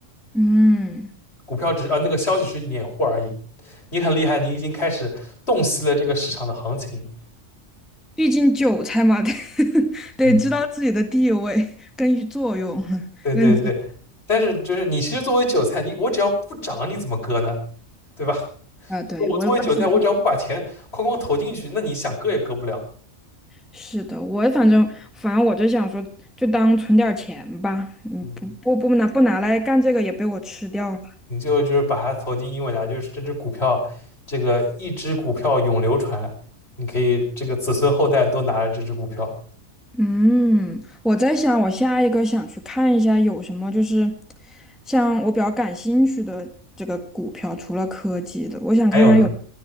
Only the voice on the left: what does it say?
股票只是呃那个消息是掩护而已。你很厉害，你已经开始洞悉了这个市场的行情。
嗯，对对对，
但是就是你其实作为韭菜，你我只要不涨，你怎么割呢？对吧？<laughs>
我作为韭菜，
我只要不把钱哐哐投进去，那你想割也割不了。
嗯。
你最后就是把它投进英伟达，就是这只股票，这个一只股票永流传，你可以这个子孙后代都拿着这只股票。
还有呢，